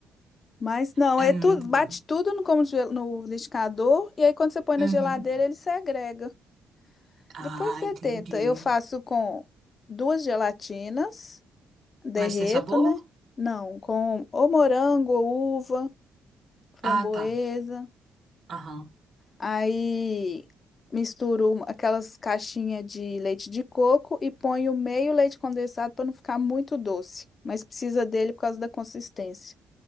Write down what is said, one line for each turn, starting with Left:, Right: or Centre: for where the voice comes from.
Left: Mas não,
Right: É
Left: é
Right: muito
Left: tudo, bate
Right: bom.
Left: tudo no, como gel- no liquidificador e aí quando você põe na
Right: Uhum.
Left: geladeira ele segrega.
Right: Ah,
Left: Depois você
Right: entendi.
Left: tenta. Eu faço com duas gelatinas, derreto,
Right: Mas tem sabor?
Left: né? Não, com ou morango, ou uva, framboesa.
Right: Ah, tá. Aham.
Left: Aí misturo uma- aquelas caixinhas de leite de coco e ponho meio leite condensado para não ficar muito doce, mas precisa dele por causa da consistência.